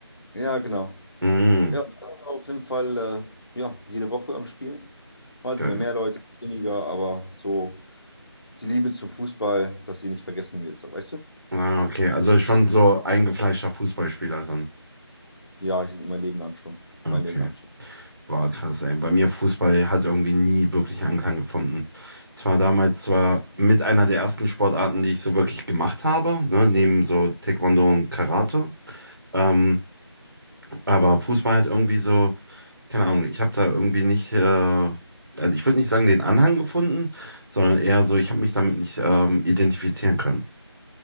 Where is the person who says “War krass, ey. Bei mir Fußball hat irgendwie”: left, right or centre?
Right